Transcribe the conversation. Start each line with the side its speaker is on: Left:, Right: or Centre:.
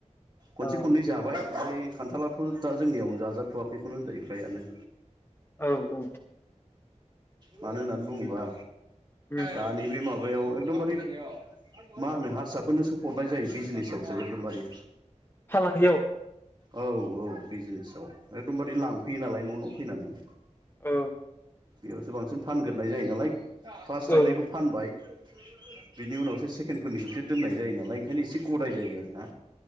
Right: खनसे
Left: औ
Right: खननै जाबाय ओमफ्राय खान्थालाथ' दा जोंनियाव जाजाथ'वाखैनो होनजायो फ्रायानो।
Left: औ ओ।
Right: मानो होननानै बुङोबा
Left: उम
Right: दानि बे माबायाव एकदमबारे मा होनो हारसाफोरनोसो हरनाय जायो बिजनेसावसो एखदमबारे
Left: फालांगियाव
Right: औ औ बिजनेसाव एकदमबारे लांफैयो नालाय न' न' फैनानै।
Left: ओ
Right: बेयावसो बांसिन फानगोरनाय जायो नालाय फार्स्ट
Left: औ
Right: थायनायखौ फानबाय। बिनि उनावसो सेकेण्डफोरनिखौसो दोननाय जायो नालाय ओंखायनो एसे गदाय जायो आरोना।